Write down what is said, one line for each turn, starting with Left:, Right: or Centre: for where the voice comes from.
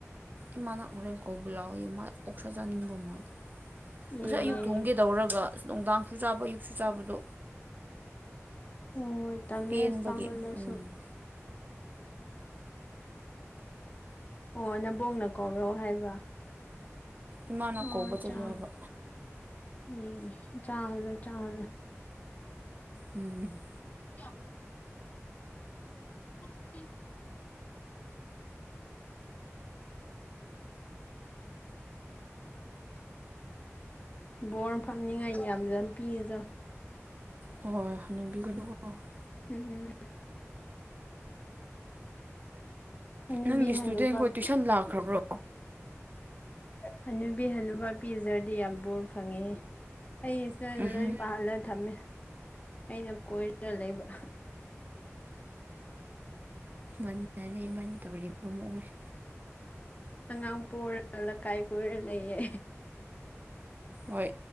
Right: ꯏꯃꯥꯅ ꯍꯣꯔꯦꯟ ꯀꯧꯕ ꯂꯥꯎꯑꯣꯌꯦ ꯃꯥ ꯑꯣꯛꯁꯥ ꯆꯥꯅꯤꯡꯕ ꯃꯥꯜꯂꯦ ꯉꯁꯥꯏ
Left: ꯑꯦ
Right: ꯑꯌꯨꯛ ꯊꯣꯡꯒꯦꯗꯧꯔꯒ ꯑꯁ ꯅꯨꯡꯗꯥꯡꯁꯨ ꯆꯥꯕ ꯑꯌꯨꯛꯁꯨ ꯆꯥꯕꯗꯣ
Left: ꯑꯣ ꯍꯣꯏ ꯇꯜꯂꯦ
Right: ꯄꯦꯟꯕꯒꯤ
Left: ꯑꯁ ꯆꯥꯃꯜꯂꯁꯨ
Right: ꯎꯝ
Left: ꯑꯣ ꯅꯕꯣꯡꯅ ꯀꯧꯔꯣ ꯍꯥꯏꯕ
Right: ꯏꯃꯥꯅ
Left: ꯍꯣꯏ
Right: ꯀꯧꯕ
Left: ꯍꯣꯏ
Right: ꯆꯠꯂꯨ
Left: ꯆꯥ
Right: ꯍꯥꯏꯕ
Left: ꯑꯦ ꯆꯥ ꯍꯖꯔ ꯆꯥ ꯍꯖꯔ <unintelligible>
Right: ꯎꯝ
Left: <inaudible> <inaudible> ꯕꯣꯔ ꯐꯪꯅꯤꯡꯉꯥꯏ ꯌꯥꯝ ꯌꯥꯝ ꯄꯤꯁꯨ <unintelligible>
Right: ꯍꯣꯏ ꯍꯣꯏ ꯍꯅꯕꯤꯒꯅꯨꯀꯣ <unintelligible>
Left: ꯎꯝ ꯍꯅꯨꯕꯤ
Right: ꯅꯪꯒꯤ ꯏꯁꯇꯨꯗꯦꯟꯈꯣꯏ
Left: ꯍꯅꯨꯕ
Right: ꯇꯨꯏꯁꯟ ꯂꯥꯛꯈ꯭ꯔꯕ꯭ꯔꯣ
Left: ꯍꯅꯨꯕꯤ ꯍꯅꯨꯕ ꯄꯤꯖꯔꯗꯤ ꯌꯥꯝ ꯕꯣꯔ ꯐꯪꯉꯦ ꯑꯩꯁꯨꯅ
Right: ꯎꯝꯍꯨꯝ
Left: ꯂꯥꯏꯔꯤꯛ ꯄꯥꯍꯜꯂꯒ ꯊꯝꯃꯦ ꯑꯩꯅ ꯀꯣꯏꯔꯒ ꯂꯩꯕ
Right: ꯃꯅꯔꯦꯃꯅ ꯇꯧꯔꯤꯕ ꯃꯑꯣꯡꯁ
Left: ꯑꯉꯥꯡ ꯄꯔ ꯂꯩꯀꯥꯏ ꯀꯣꯏꯔ ꯂꯩꯌꯦ
Right: ꯍꯣꯏ